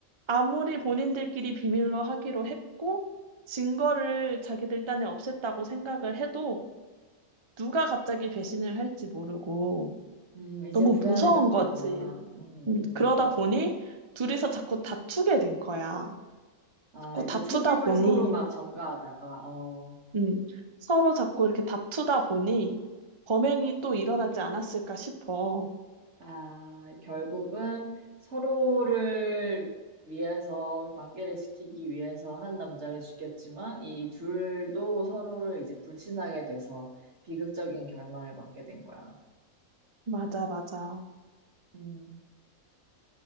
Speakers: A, on the right (about 30°); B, on the right (about 55°).
A: 아무리 본인들끼리 비밀로 하기로 했고, 증거를 자기들 딴에 없앴다고 생각을 해도, 누가 갑자기 배신을 할지 모르고,
B: 음, 이제
A: 너무
B: 불안해졌구나.
A: 무서운 거지.
B: 음,
A: 음,
B: 음.
A: 그러다 보니, 둘이서 자꾸 다투게 된 거야.
B: 아,
A: 자꾸
B: 이제
A: 다투다
B: 책임을
A: 보니,
B: 서로 막 전가하다가, 어,
A: 음, 서로 자꾸 이렇게 다투다 보니, 범행이 또 일어나지 않았을까 싶어.
B: 아, 결국은 서로를 위해서, 관계를 지키기 위해서 한 남자를 죽였지만, 이 둘도 서로를 이제 불신하게 돼서 비극적인 결말을 맞게 된 거야.
A: 맞아, 맞아.
B: 음,